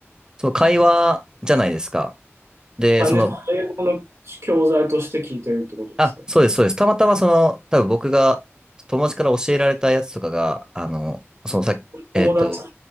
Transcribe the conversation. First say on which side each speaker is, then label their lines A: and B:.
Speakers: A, on the right (about 15°); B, on the right (about 85°).
A: その会話じゃないですか。で、
B: 単純に英語の教材として聞いてるってことですか
A: その、あ、そうです、そうです。たまたまその、多分僕が友達から教えられたやつとかが、あの、そのさっき、えっと、
B: 友達、